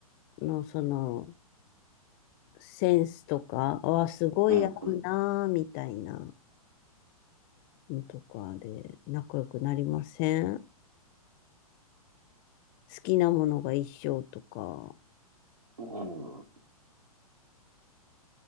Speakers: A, on the left; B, on the right.
A: のその、センスとか、あ、すごい合うなあ、
B: うん、うん。
A: みたいなのとかで仲良くなりません好きなものが一緒とか、
B: うん